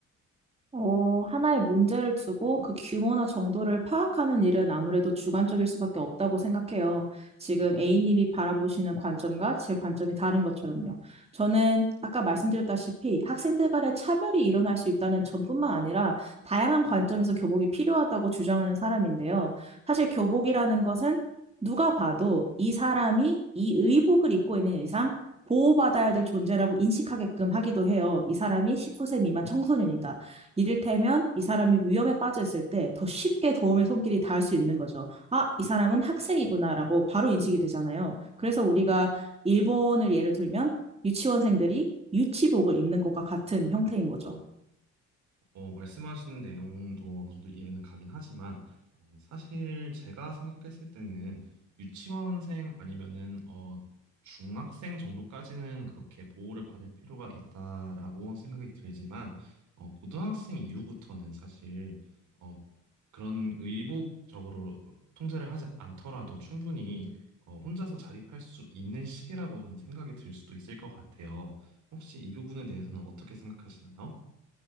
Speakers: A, on the right (about 20°); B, on the right (about 70°).
A: 어, 하나의 문제를 두고 그 규모나 정도를 파악하는 일은 아무래도 주관적일 수밖에 없다고 생각해요. 지금 A님이 바라보시는 관점과 제 관점이 다른 것처럼요. 저는 아까 말씀드렸다시피 학생들 간의 차별이 일어날 수 있다는 점뿐만 아니라 다양한 관점에서 교복이 필요하다고 주장하는 사람인데요. 사실 교복이라는 것은 누가 봐도 이 사람이 이 의복을 입고 있는 이상 보호받아야 될 존재라고 인식하게끔 하기도 해요. 이 사람이 19세 미만 청소년이다. 이를테면 이 사람이 위험에 빠져 있을 때 더 쉽게 도움의 손길이 닿을 수 있는 거죠. 아, 이 사람은 학생이구나라고 바로 인식이 되잖아요. 그래서 우리가 일본을 예를 들면 유치원생들이 유치복을 입는 것과 같은 형태인 거죠.
B: 어, 말씀하신 내용도 어느 정도 이해는 가긴 하지만, 어, 사실 제가 생각했을 때는 유치원생 아니면은, 어, 중학생 정도까지는 그렇게 보호를 받을 필요가 있다라고 생각이 들지만, 어, 고등학생 이후부터는 사실, 어, 그런 의복적으로 통제를 하지 않더라도 충분히, 어, 혼자서 자립할 수 있는 시기라고 저는 생각이 들 수도 있을 것 같아요. 혹시 이 부분에 대해서는 어떻게 생각하시나요?